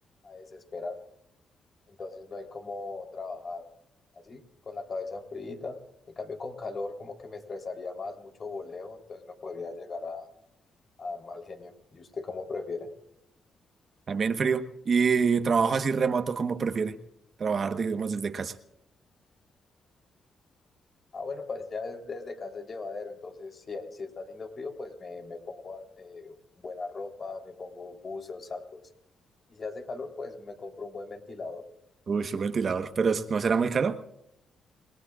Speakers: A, on the left; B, on the right.
A: a desesperar. Entonces no hay como trabajar así, con la cabeza fríita. En cambio, con calor como que me estresaría más, mucho voleo, entonces me podría llegar a, a dar mal genio. ¿Y usted cómo prefiere?
B: También frío. Y trabajo así remoto como prefiere. Trabajar, digamos, desde casa.
A: Ah, bueno, pues ya es- desde casa es llevadero, entonces si, si está haciendo frío, pues me, me pongo eh, buena ropa, me pongo buzos, sacos. Y si hace calor, pues me compro un buen ventilador.
B: Uy, un ventilador. Pero es- ¿no será muy caro?